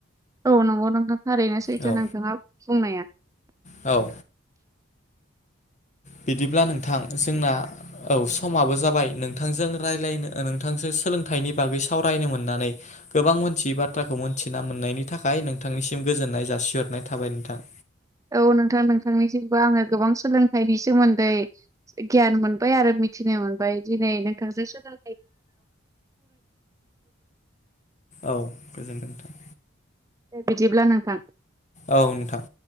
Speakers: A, on the right (about 15°); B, on the left (about 40°).
A: औ नंगौ नोंथां थारैनो सैथो
B: औ
A: नोंथाङा बुंनाया। <inaudible>
B: औ बिदिब्ला नोंथां जोंना औ समाबो जाबाय नोंथांजों रायलायनो नोंथांसो सोलोंथाइनि बागै सावरायनो मोननानै गोबां मोनथियै बाथ्राखौ मोनथिना मोन नायनि थाखाय नोंथांनिसिम गोजोन्नाय जासिहरनाय थाबाय नोंथां।
A: औ नोंथां नोंथांनिसिमबो आङो गोबां सोलोंथाइनि सोमोन्दै गियान मोनबाय आरो। मिथिनो मोनबाय दिनै नोंथांजों सोलों <unintelligible>
B: औ गोजोनथों
A: दे बिदिब्ला नोंथां
B: औ नोंथां